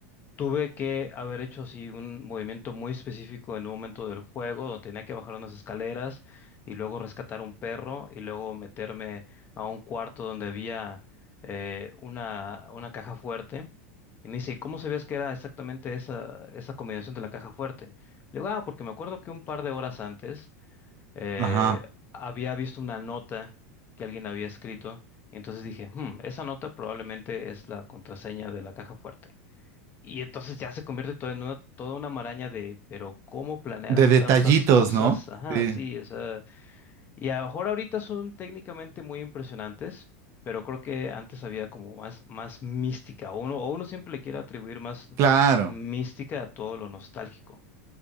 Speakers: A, on the left (about 25°); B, on the right (about 40°).
A: tuve que haber hecho así un movimiento muy específico en un momento del juego, donde tenía que bajar unas escaleras y luego rescatar un perro y luego meterme a un cuarto donde había eh, una, una caja fuerte. Y me dice, "¿Y ¿cómo sabías que era exactamente esa, esa combinación de la caja fuerte? Le digo, ah, porque me acuerdo que un par de horas antes eh,
B: Ajá.
A: había visto una nota que alguien había escrito y entonces dije, "Hmm, esa nota probablemente es la contraseña de la caja fuerte. Y entonces ya se convierte todo en una, toda una maraña de, pero ¿cómo planearan
B: De detallitos,
A: tantas cosas?
B: ¿no?
A: Ajá,
B: Sí,
A: sí, o sea, y a lo mejor ahorita son técnicamente muy impresionantes, pero creo que antes había como más, más mística, o uno, o uno siempre le quiere atribuir más
B: claro.
A: mística a todo lo nostálgico,